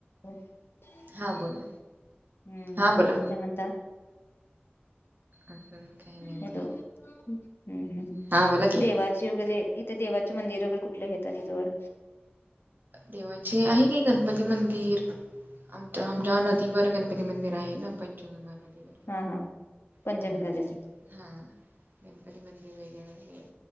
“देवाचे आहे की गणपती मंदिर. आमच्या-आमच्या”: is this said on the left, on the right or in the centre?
Right